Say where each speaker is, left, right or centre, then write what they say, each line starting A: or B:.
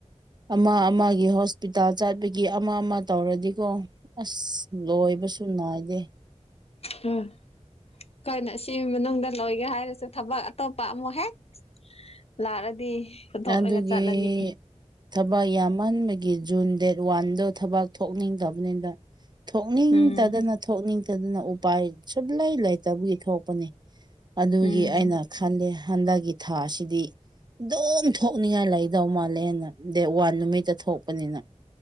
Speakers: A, on the right; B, on the left.
A: ꯑꯃ ꯑꯃꯒꯤ ꯍꯣꯁ ꯄꯤꯇꯥꯜ ꯆꯠꯄꯒꯤ ꯑꯃ ꯑꯃ ꯇꯧꯔꯗꯤꯀꯣ ꯑꯁ ꯂꯣꯏꯕꯁꯨ ꯅꯥꯏꯗꯦ
B: ꯑꯝ ꯀꯥꯏꯅ ꯑꯁꯤ ꯃꯅꯨꯡꯗ ꯂꯣꯏꯒꯦ ꯍꯥꯏꯔꯁꯨ ꯊꯕꯛ ꯑꯇꯣꯞꯄ ꯑꯃꯨꯛ ꯍꯦꯛ ꯂꯥꯛꯂꯗꯤ ꯍꯨꯇꯣꯛꯂꯒ
A: ꯑꯗꯨꯒꯤ
B: ꯆꯠꯂꯅꯤ
A: ꯊꯕꯛ ꯌꯥꯝꯃꯟꯕꯒꯤ ꯖꯨꯟ ꯗꯦꯠ ꯋꯥꯟꯗꯣ ꯊꯕꯛ ꯊꯣꯛꯅꯤꯡꯗꯕꯅꯦꯗ ꯊꯣꯛꯅꯤꯡꯗꯗꯅ
B: ꯎꯝ
A: ꯊꯣꯛꯅꯤꯡꯗꯗꯅ ꯎꯄꯥꯏ ꯁꯨꯛꯂꯩ ꯂꯩꯇꯕꯒꯤ ꯊꯣꯛꯄꯅꯤ ꯑꯗꯨꯒꯤ
B: ꯎꯝ
A: ꯑꯩꯅ ꯈꯜꯂꯦ ꯍꯟꯗꯛꯀꯤ ꯊꯥꯁꯤꯗꯤ ꯗꯨꯝ ꯊꯣꯛꯅꯤꯡꯉ ꯂꯩꯗꯧ ꯃꯥꯜꯂꯦꯅ ꯗꯦꯠ ꯋꯥꯟ ꯅꯨꯃꯤꯠꯇ ꯊꯣꯛꯄꯅꯤꯅ